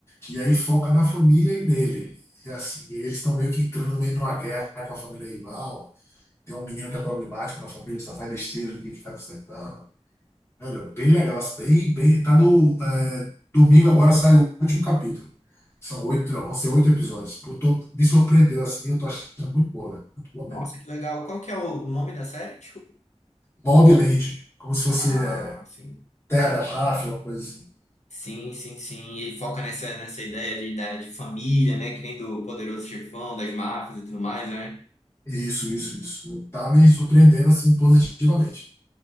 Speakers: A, on the left (about 20°); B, on the left (about 85°).
A: E aí foca na família e nele. E assim, eles estão meio que entrando no meio de uma guerra com a família rival. Tem um menino que é problemático na família, só faz besteira, ele tem que ficar consertando. Velho, bem legal. Bem, bem, tá no. é, domingo agora sai o último capítulo. São oito, vão ser oito episódios. Pô, tô, me surpreendeu assim, eu tô achando muito boa, velho. Muito boa
B: Nossa,
A: mesmo.
B: que legal. Qual que é o nome da série? Desculpa.
A: Mobland, como se fosse
B: Ah,
A: é,
B: sim.
A: Terra da Máfia, uma coisa assim.
B: Sim, sim, sim. E ele foca nessa, nessa ideia de, da, de família, né? Que nem do Poderoso Chefão, das máfias e tudo mais, né?
A: Isso, isso, isso. Tá me surpreendendo assim positivamente.